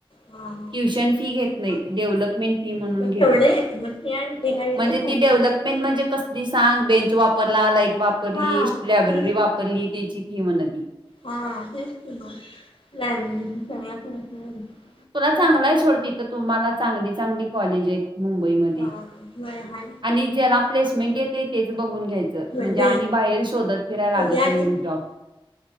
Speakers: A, on the left; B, on the right.
A: हा
B: ट्युशन फी घेत नाहीत
A: मग
B: डेव्हलपमेंट फी म्हणून
A: मग
B: घेत्यात
A: तेवढे येत मग ते आणि ते आणि झालं
B: म्हणजे ती डेव्हलपमेंट म्हणजे कसलीस सांग बेंच वापरला, लाईट वापरली,
A: हा
B: लायब्ररी
A: तेच
B: वापरली त्याची फी म्हण ती.
A: हा तेच की मग लायब्ररीची सगळ्या सगळ्या <unintelligible>
B: तुला चांगलाय सोड तिथं तुम्हाला चांगली चांगली कॉलेज आहेत मुंबईमधी
A: सगळ्या हा
B: आणि ज्याला प्लेसमेंट येतय तेच बघून घ्यायच
A: नाही
B: म्हणजे
A: नाही
B: आणि बाहेर शोधत फिरायला
A: मुली
B: लागत
A: आणि
B: नाही म्हण जॉब